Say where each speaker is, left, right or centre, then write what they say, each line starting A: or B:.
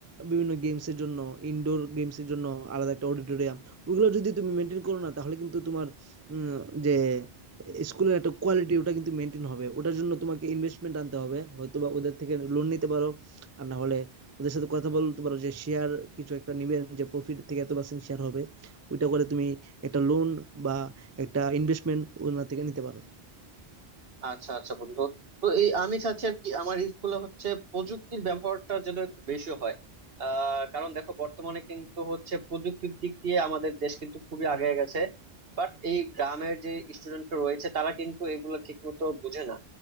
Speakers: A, on the right (about 20°); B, on the right (about 65°).
A: বিভিন্ন গেমসের জন্য ইনডোর গেমসের জন্য আলাদা একটা অডিটোরিয়াম ওগুলো যদি তুমি মেনটেন করো না তাহলে কিন্তু তোমার উম, যে স্কুলের একটা কোয়ালিটি ওটা কিন্তু মেনটেন হবে ওটার জন্য তোমাকে ইনভেস্টমেন্ট আনতে হবে হয়তো বা ওদের থেকে লোন নিতে পারো আর না হলে ওদের সাথে কথা বলতে পারো যে শেয়ার কিছু একটা নিবেন যে প্রফিট থেকে এত পার্সেন্ট শেয়ার হবে ওইটা করে তুমি একটা লোন বা একটা ইনভেস্টমেন্ট ওনার থেকে নিতে পারো
B: আচ্ছা আচ্ছা বন্ধু তো এই আমি চাচ্ছি আর কি আমার স্কুলে হচ্ছে প্রযুক্তির ব্যবহারটা যেন একটু বেশি হয় আহ কারণ দেখো বর্তমানে কিন্তু হচ্ছে প্রযুক্তির দিক দিয়ে আমাদের দেশ কিন্তু খুবই আগে গেছে বাট এই গ্রামের যে স্টুডেন্ট রয়েছে তারা কিন্তু এগুলো ঠিক মতো বুঝে না